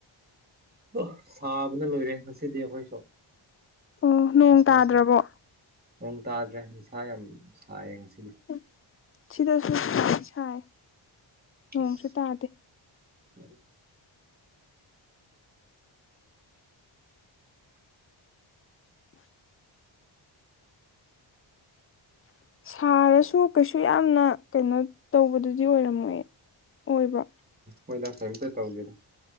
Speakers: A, on the right; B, on the left.
A: ꯑꯥ ꯁꯥꯕꯅ ꯂꯣꯏꯔꯦ ꯉꯁꯤꯗꯤ ꯑꯩꯈꯣꯏꯁꯨ
B: ꯑꯣ ꯅꯣꯡ
A: ꯅꯨꯡꯁꯥꯁꯦ
B: ꯇꯥꯗ꯭ꯔꯕꯣ
A: ꯅꯣꯡ ꯇꯥꯗ꯭ꯔꯦ ꯅꯨꯡꯁꯥ ꯌꯥꯝ ꯁꯥꯏꯌꯦ ꯉꯁꯤꯗꯤ
B: ꯍꯝ ꯁꯤꯗꯁꯨ ꯁꯥꯏ ꯅꯣꯡꯁꯨ
A: ꯑꯁ
B: ꯇꯥꯗꯦ
A: ꯎꯝ
B: ꯁꯥꯔꯁꯨ ꯀꯩꯁꯨ ꯌꯥꯝꯅ ꯀꯩꯅꯣ ꯇꯧꯕꯗꯨꯗꯤ ꯑꯣꯏꯔꯝꯃꯣꯏ ꯑꯣꯏꯕ꯭ꯔꯣ
A: ꯍꯣꯏꯗ ꯀꯩꯝꯇ ꯇꯧꯗꯦꯗ